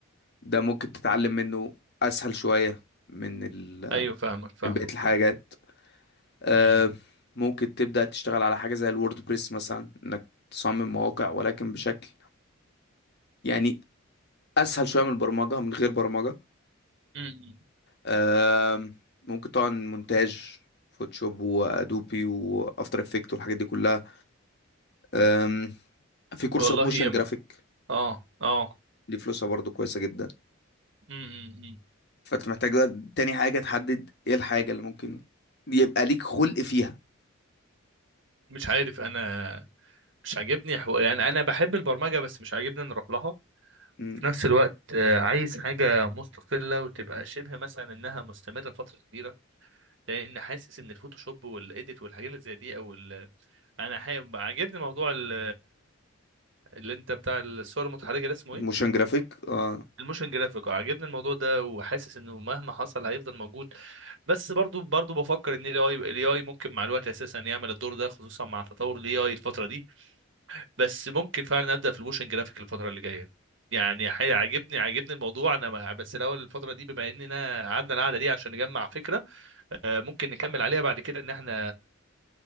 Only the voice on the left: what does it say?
ده ممكن تتعلم منه اسهل شوية من ال...
من بقية الحاجات آه،
ممكن تبدأ تشتغل على حاجة زي الووردبريس مثلا انك تصمم مواقع ولكن بشكل يعني اسهل شوية من البرمجة من غير برمجة
آه، ممكن طبعا مونتاج فوتوشوب وادوبي وافتر افكت والحاجات دي كلها آم، في كورسات
موشن
جرافيك
دي فلوسها برضو كويسة جدا
فانت محتاج بقى تاني حاجة تحدد ايه الحاجة اللي ممكن يبقى ليك خلق فيها
مم.
موشن جرافيك اه